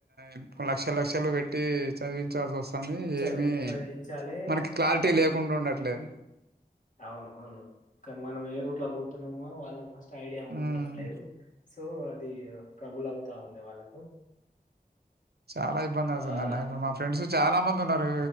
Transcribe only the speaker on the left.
చది
చదివించాలి
అదే
అవును అవును కాని మనమేయర్ ఓట్లక్ బోతున్నామో వాళ్ళకు ఫస్ ఐడియా ఉండట్లేదు.
స్ సో అది ఆ ట్రబుల్ అవుతా ఉం తే వాళ్లకు
ఆ
ఆ,